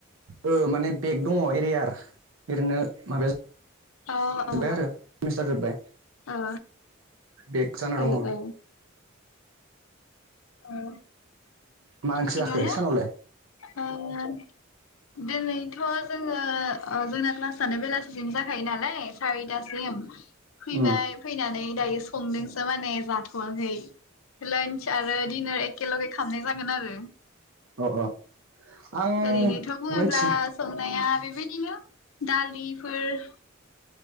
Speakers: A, on the right; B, on the left.
A: औ माने बेग दङ एरियार ओरैनो माबाया
B: अ अ
A: जोब्बाय आरो सेमिस्टार जोबबाय
B: अ
A: बेक जाना
B: औ
A: दङ।
B: औ <unintelligible> औ
A: मा ओंख्रि
B: थिग
A: जाखो
B: आनो
A: सानावलाय
B: ओ दिनैथ' जोङो जोंना क्लासानो बेलासिसिम जाखायो नालाय सारिथासिम- फैबाय
A: उम
B: फैनानै दायो संदोंसो माने जाथ'वाखै! लान्च आरो डिनार एखेेलगे खालामामनाय जागोन आरो।
A: अ अ। आं
B: ओरैनोथ' बुङोब्ला
A: मोनथिया
B: संनाया - बेबायदिनो दालिफोर